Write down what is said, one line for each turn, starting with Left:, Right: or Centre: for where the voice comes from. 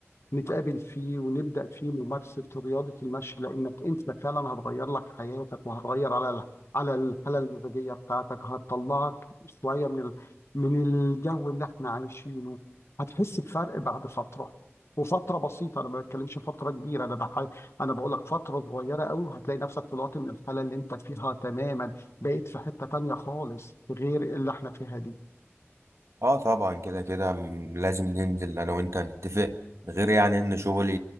Left: نتقابل فيه ونبدأ فيه ممارسة رياضة المشي لأنك أنت فعلا هتغير لك حياتك وهتغير على ال- على الحالة المزاجية بتاعتك هتطلعك شوية من ال... من الجو اللي احنا عايشينه هتحس بفرق بعد فترة وفترة بسيطة أنا ما بتكلمش فترة كبيرة أنا بح... أنا بقول لك فترة صغيرة قوي وهتلاقي نفسك طلعت من الحالة اللي أنت فيها تماما بقيت في حتة تانية خالص غير اللي احنا فيها دي
Right: اه طبعا كده كده م- لازم ننزل انا وانت نتفق غير يعني ان شغلي